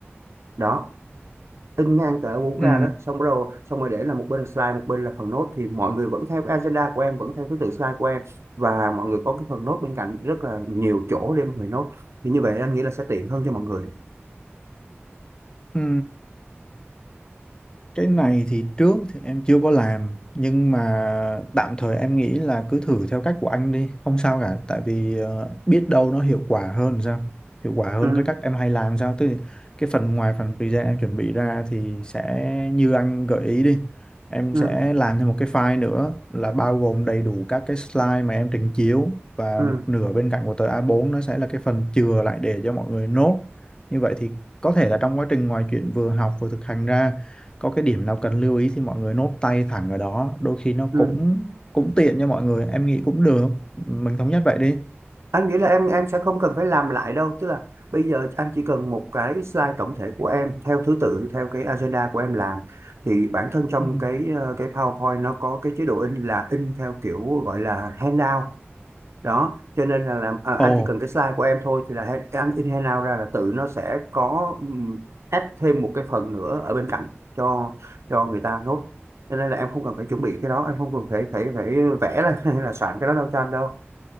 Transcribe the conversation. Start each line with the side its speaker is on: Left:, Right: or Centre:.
Right: đó in ngang tờ A4
Left: Ừ.
Right: ra đó xong rồi xong rồi để là một bên là slide một bên là phần nốt thì mọi người vẫn theo cái agenda của em vẫn theo thứ tự slide của em và mọi người có cái phần nốt bên cạnh rất là nhiều chỗ để mọi người nốt thì như vậy anh nghĩ là sẽ tiện hơn cho mọi người
Left: Ừ. cái này thì trước thì em chưa có làm nhưng mà tạm thời em nghĩ là cứ thử theo cách của anh đi không sao cả tại vì ờ, biết đâu nó hiệu quả hơn sao hiệu quả hơn
Right: ừ,
Left: cái cách em hay làm sao tức là cái phần ngoài phần present em chuẩn bị ra thì sẽ như anh gợi ý đi em
Right: ừ,
Left: sẽ làm thêm một cái file nữa là bao gồm đầy đủ các cái slide mà em trình chiếu và
Right: ừ,
Left: một nửa bên cạnh của tờ A4 nó sẽ là cái phần chừa lại để cho mọi người nốt như vậy thì có thể là trong quá trình ngoài chuyện vừa học vừa thực hành ra có cái điểm nào cần lưu ý thì mọi người nốt tay thẳng ở đó đôi khi nó
Right: ừ.
Left: cũng cũng tiện cho mọi người em nghĩ cũng được mình thống nhất vậy đi
Right: anh nghĩ là em em sẽ không cần phải làm lại đâu tức là bây giờ anh chỉ cần một cái slide tổng thể của em theo thứ tự theo cái agenda của em làm thì bản thân trong
Left: Ừ.
Right: cái ờ, cái PowerPoint nó có cái chế độ in là in theo kiểu gọi là handout đó cho nên là làm à, anh
Left: ồ
Right: chỉ cần cái slide của em thôi thì là he- cái anh in handout ra là tự nó sẽ có ừm, add thêm một cái phần nữa ở bên cạnh cho cho người ta nốt cho nên là em không cần phải chuẩn bị cái đó em không cần phải phải phải vẽ ra <laughs> hay là soạn cái đó đâu cho anh đâu